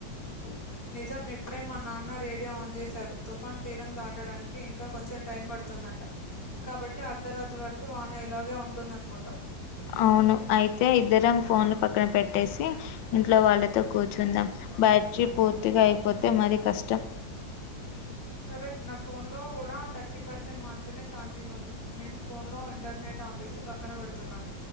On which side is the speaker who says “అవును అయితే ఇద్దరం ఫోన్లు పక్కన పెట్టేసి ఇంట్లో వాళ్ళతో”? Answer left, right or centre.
Left